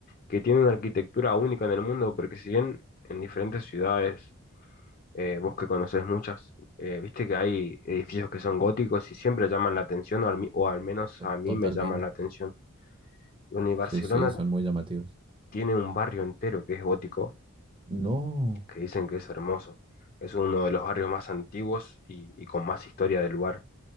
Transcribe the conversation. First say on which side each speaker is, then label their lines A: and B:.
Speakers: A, on the left; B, on the right.
A: que tiene una arquitectura única en el mundo, porque si bien en diferentes ciudades eh, vos que conocés muchas, eh, viste que hay edificios que son góticos y siempre llaman la atención, o al, mi- o al menos
B: to-
A: a mí
B: Totalmente.
A: me llaman la atención. Bueno, y Barcelona
B: Sí, sí, son muy llamativos.
A: tiene un barrio entero que es gótico,
B: No,
A: que dicen que es hermoso. Es uno de los barrios más antiguos y, y con más historia del lugar.